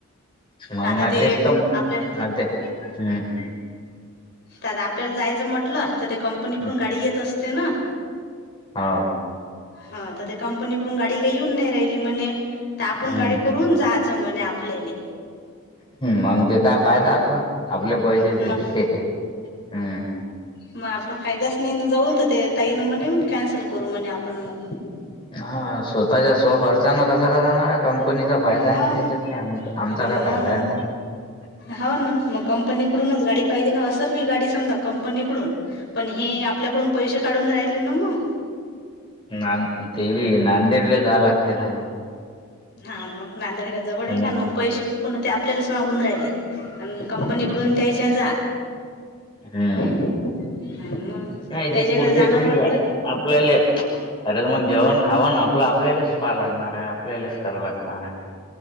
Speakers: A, on the left; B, on the left.
A: मग
B: आता
A: मचत
B: ते
A: म
B: आपल्या
A: हम्. <unintelligible>
B: तर आता आपल्याला जायचं म्हटलं तर ते कंपनीकडून
A: हम्म,
B: गाडी येत असते ना
A: हा.
B: हा तर कंपनीकडून गाडी येऊन नाही राहिली म्हणे आपण
A: हम्म
B: गाडी करून जात समने आपल्याली
A: मंग ते काय पायदा आपलं आपले पैसे दे
B: मग
A: हम्म.
B: मग आपला फायदाच नाही ना जाऊन, तर ते ताई ना म्हणे कॅन्सल करू म्हणे आपण मग.
A: हा स्वतःच्या स्व खर्चानं कसा का जाणार आहे. कम कंपनीचा फायदा
B: हा
A: आहे ना त्याच्यात, आमचा
B: मग
A: काय फायदा आहे. <unintelligible>
B: हो ना, मग कंपनीकडूनच गाडी पाहिजे ना असेल बी गाडी समजा कंपनीकडून, पण हे आपल्याकडून पैसे काढून राहिले ना मग.
A: नान ते होय नांदेडला जावं लागते ना.
B: हा मंग नांदेड काय जवळ
A: ना
B: आहे का मग, पैसे बी पुन्हा ते आपल्यालाच मागून राहिले. आणि कंपनीकडून त्यायच्या जा.
A: हम्म हम्म.
B: हम्म, मग
A: नाही
B: त्याच्याकडे
A: ते पुरते
B: जाणं
A: थोडी
B: म्हटलं
A: आपल्याले अरे तर मग जेवण खावन आपलं आपल्यालाच पहाय लागणार आहे. लेलेच कराव लागणार आहे.